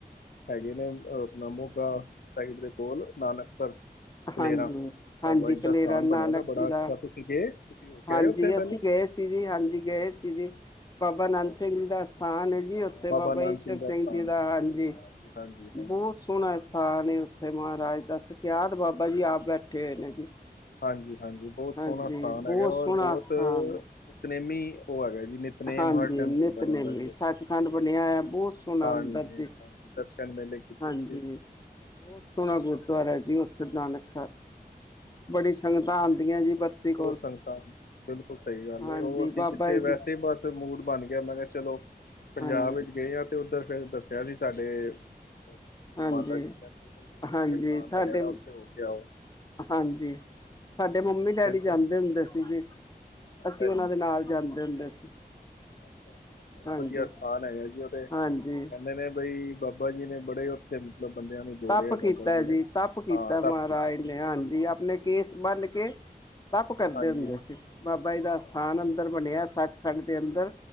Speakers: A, on the left (about 70°); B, on the left (about 25°).
A: ਹੈਗੇ ਨੇ, ਅ ਆਪਣਾ ਮੋਗਾ, ਸਾਈਡ ਦੇ ਕੋਲ ਨਾਨਕਸਰ ਕਲੇਰਾਂ,
B: ਹਾਂਜੀ ਹਾਂਜੀ
A: ਬਾਬਾ ਜੀ ਦਾ
B: ਕਲੇਰਾ
A: ਸਥਾਨ
B: ਨਾਨਕ
A: ਬਣਿਆ ਪਿਆ ਬੜਾ
B: ਜੀ ਦਾ
A: ਅੱਛਾ, ਤੁਸੀਂ ਗਏ, ਤੁਸੀਂ ਹੋ ਕੇ
B: ਹਾਂਜੀ
A: ਆਏ, ਉੱਥੇ ਪਹਿਲੇ
B: ਅਸੀਂ ਗਏ ਸੀ ਜੀ, ਹਾਂਜੀ ਗਏ ਸੀ ਜੀ, ਬਾਬਾ ਨੰਦ ਸਿੰਘ ਜੀ ਦਾ, ਸਥਾਨ ਹੈ। ਜੀ,
A: ਹਾਂ,
B: ਉੱਥੇ ਬਾਬਾ
A: ਨੰਦ
B: ਈਸ਼ਰ ਸਿੰਘ
A: ਸਥਾਨ
B: ਜੀ ਦਾ,
A: ਹੈ।
B: ਹਾਂਜੀ
A: ਹਾਂਜੀ,
B: ਬਹੁਤ
A: ਹਾਂਜੀ।
B: ਸੋਹਣਾ ਸਥਾਨ ਉੱਥੇ, ਮਹਾਰਾਜ ਜੀ ਦਾ, ਸੁਖਿਆਦ ਬਾਬਾ ਜੀ ਆਪ ਬੈਠੇ ਹੋਏ ਨੇ ਜੀ
A: ਹਾਂਜੀ -ਹਾਂਜੀ, ਬਹੁਤ
B: ਹਾਂਜੀ
A: ਸੋਹਣਾ ਸਥਾਨ
B: ਬਹੁਤ
A: ਹੈਗਾ, ਔਰ
B: ਸੋਹਣਾ
A: ਬਹੁਤ
B: ਸਥਾਨ ਹੈ।
A: ਨਿਤਨੇਮ, ਉਹ ਹੈਗਾ ਜੀ ਨਿਤਨੇਮ
B: ਹਾਂਜੀ,
A: ਹਰ ਟਾਈਮ
B: ਨਿੱਤ
A: ਚੱਲਦਾ ਰਹਿੰਦਾ
B: ਨੇਮੀ,
A: ਜੀ
B: ਸੱਚਖੰਡ
A: ਉੱਥੇ।
B: ਬਣਿਆ ਹੈ ਬਹੁਤ ਸੋਹਣਾ
A: ਹਾਂਜੀ
B: ਅੰਦਰ ਜੀ।
A: -ਹਾਂਜੀ, ਦਰਸ਼ਨ ਮੇਲੇ ਕੀਤੇ
B: ਹਾਂਜੀ,
A: ਅਸੀਂ
B: ਬਹੁਤ ਸੋਹਣਾ ਗੁਰਦੁਆਰਾ
A: ਆਨੰਦ ਆਇਆ।
B: ਹੈ ਜੀ, ਉੱਥੇ ਨਾਨਕਸਰ
A: ਹਾਂਜੀ,
B: ਬੜੀ ਸੰਗਤਾਂ
A: ਉਹ ਤੇ
B: ਆਉਂਦੀਆਂ ਜੀ ਬਰਸੀ ਕੋਲ
A: ਬਹੁਤ ਸੰਗਤਾਂ ਨੇ, ਬਿਲਕੁਲ ਸਹੀ ਗੱਲ
B: ਹਾਂਜੀ
A: ਏ ਉਹ ਅਸੀਂ,
B: ਬਾਬਾ
A: ਪਿੱਛੇ
B: ਜੀ
A: ਵੈਸੇ
B: ਦੇ
A: ਬਸ ਮੂਡ ਬਣ ਗਿਆ, ਮੈਂ ਕਿਹਾ ਚਲੋ, ਪੰਜਾਬ
B: ਹਾਂਜੀ।
A: ਵਿੱਚ ਗਏ ਹਾਂ ਤੇ, ਉੱਧਰ ਫੇਰ ਦੱਸਿਆ ਸੀ, ਸਾਡੇ ਮਤਲਬ
B: ਹਾਂਜੀ
A: ਮਾਤਾ ਜੀ ਕਹਿੰਦੇ, ਉੱਥੇ
B: ਹਾਂਜੀ
A: ਸਥਾਨ
B: ਸਾਡੇ
A: ਬਣਿਆ, ਤਾਂ ਉੱਥੇ ਹੋ ਕੇ ਆਉ
B: ਹਾਂਜੀ ਸਾਡੇ, ਮੰਮੀ
A: ਅਸੀਂ
B: -ਡੈਡੀ
A: ਕਰਕੇ
B: ਜਾਂਦੇ ਹੁੰਦੇ ਸੀ ਜੀ,
A: ਅੱਛਾ
B: ਅਸੀਂ ਉਹਨਾਂ
A: ਜੀ
B: ਦੇ ਨਾਲ ਜਾਂਦੇ, ਹੁੰਦੇ ਸੀ
A: ਅੱਛਾ-ਅੱਛਾ, ਬਹੁਤ
B: ਹਾਂਜੀ
A: ਵਧੀਆ ਸਥਾਨ ਹੈਗਾ ਜੀ, ਉਹਦੇ ਕਹਿੰਦੇ
B: ਹਾਂਜੀ
A: ਨੇ ਬਈ ਬਾਬਾ ਜੀ ਨੇ, ਬੜੇ ਉੱਥੇ ਮਤਲਬ ਬੰਦਿਆਂ ਨੂੰ ਜੋੜਿਆ
B: ਤੱਪ ਕੀਤਾ
A: ਬਾਬਾ
B: ਜੀ,
A: ਨੇ
B: ਤੱਪ ਕੀਤਾ
A: ਹਾਂ
B: ਮਹਾਰਾਜ
A: ਤਪ ਕੀਤਾ
B: ਨੇ ਹਾਂਜੀ, ਆਪਣੇ ਕੇਸ ਬੰਨ ਕੇ, ਤੱਪ ਕਰਦੇ
A: ਹਾਂਜੀ
B: ਹੁੰਦੇ ਸੀ। ਬਾਬਾ ਜੀ ਦਾ,
A: ਹਾਂ,
B: ਅਸਥਾਨ ਅੰਦਰ ਬਣਿਆ, ਸੱਚਖੰਡ ਦੇ ਅੰਦਰ,